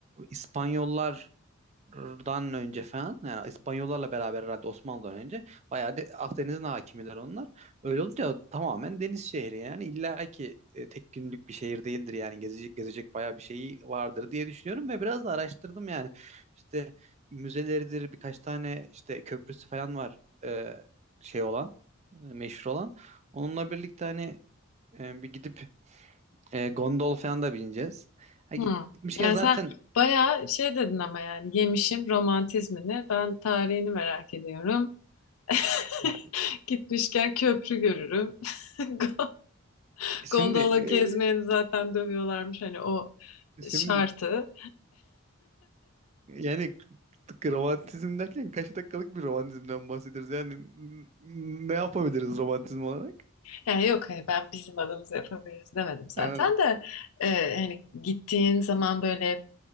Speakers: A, on the right; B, on the left.
A: İspanyollar dan önce falan yani İspanyollarla beraber herhalde Osmanlı'dan önce bayağı de, Akdeniz'in hakimiler onlar. Öyle olunca tamamen deniz şehri yani illa ki e, tek günlük bir şehir değildir yani gezecek gezecek bayağı bir şeyi vardır diye düşünüyorum ve biraz da araştırdım yani işte müzeleridir birkaç tane işte köprüsü falan var e, şey olan e, meşhur olan. Onunla birlikte hani e, bir gidip e, gondol falan da bineceğiz. Ha, gitmişken
B: Hmm. Yani
A: zaten
B: sen bayağı şey dedin ama yani yemişim romantizmini. Ben tarihini merak ediyorum. <laughs>
A: ha,
B: Gitmişken köprü görürüm. <laughs> Go-
A: şimdi
B: Gondola
A: e,
B: gezmeyeni zaten dövüyorlarmış hani o şartı.
A: Şimdi Yani k- romantizm derken kaç dakikalık bir romantizmden bahsediyoruz? Yani n- n- ne yapabiliriz romantizm olarak?
B: Yani yok hani ben bizim adımıza yapabiliriz demedim zaten
A: Ha,
B: de e, hani gittiğin zaman böyle